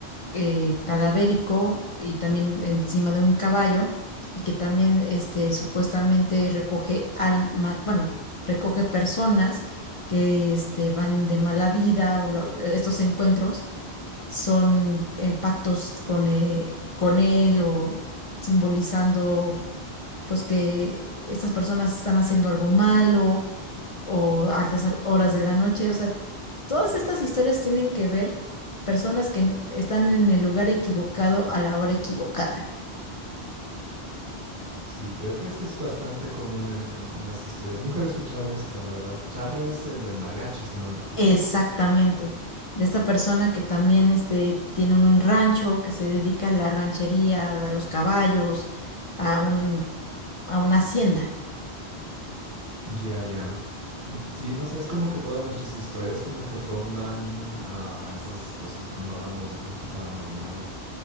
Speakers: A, on the left (about 45°); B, on the right (about 70°).
A: eh, cadavérico y también encima de un caballo y que también este, supuestamente recoge almas, bueno, recoge personas que este, van de mala vida o lo- estos encuentros son en pactos con, eh, con él o simbolizando pues que estas personas están haciendo algo malo o altas ar- horas de la noche. O sea, todas estas historias tienen que ver personas que n- están en el lugar equivocado a la hora equivocada.
B: Sí, creo que eso es bastante común en, en en las historias. Nunca había escuchado de esto, la verdad. Charro es el del mariachi, si no me equivoco.
A: Exactamente. De esta persona que también este, tiene un rancho, que se dedica a la ranchería, a los caballos, a un, a una hacienda.
B: Ya, ya. Mm, Sí, no sé, es como que todas nuestras historias como que rondan a, a esas cosas cuando hablamos de cosas paranormales.